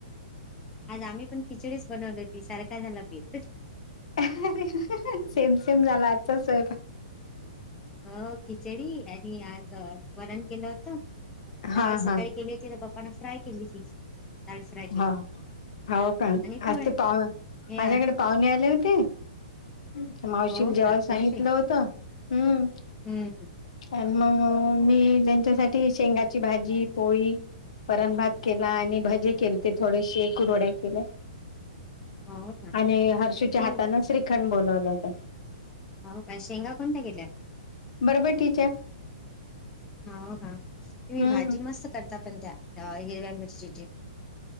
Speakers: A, on the left (about 15°); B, on the left (about 55°).
A: आज आम्ही पण खिचडीच बनवली होती सारख झालं भीेतच
B: अरे सेम सेम झाला आजचाचोय प
A: अ खिचडी आणि आज वरण केलं होत डाळ
B: हा
A: सकाळी
B: हा
A: केली त तर बा्पान फ्राय केली त डाळ फ्राय केली
B: हा हो का
A: आणि पोळ्या
B: आज ते पाह
A: हे
B: माझ्याकडे पाहुणे आले ना ते मावशील
A: हो
B: जेव्हा
A: का
B: सांगितलं
A: कोणते
B: होतं हम्म
A: हम्म
B: आणि मग मी त्यांच्यासाठी शेंगाची भाजी पोळी परणभात केला आणि भाजी केले ते थोडेसे कुरड्या केल्या
A: हो का
B: आणि हर्षीच्या
A: शेंग
B: हातानें श्रीखंड बोोलवलं होत
A: हो काय शेंगा कोणत्या गेल्या
B: बरबटीच्या
A: हो काा तुम्ही
B: हम्म
A: भाजी मस्त करता पण त्या हिरव्या मिरचीची